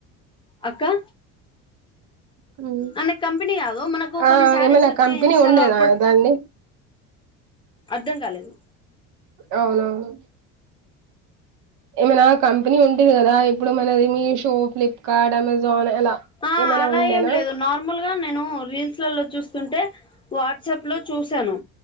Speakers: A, on the left (about 15°); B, on the right (about 65°).
A: అక్క
B: హ్మ్.
A: అనే కంపెనీ కాదు మనకు
B: ఆ
A: కొన్ని శారీస్
B: ఏమైనా
A: వచ్చి
B: కంపెనీ
A: ఇన్స్టాలో
B: ఉండేదా
A: అప్పుడు
B: దాన్ని
A: అర్థం కాలేదు
B: అవునవును ఏమైనా కంపెనీ ఉంటది కదా ఇప్పుడు మనది మీషో, ఫ్లిప్కార్ట్, అమెజాన్ అలా
A: ఆ
B: ఏమైనా
A: అలా
B: ఉండేనా
A: ఏం లేదు నార్మల్గా గా నేను రీల్స్లలో చూస్తుంటే వాట్సాప్ లో చూసాను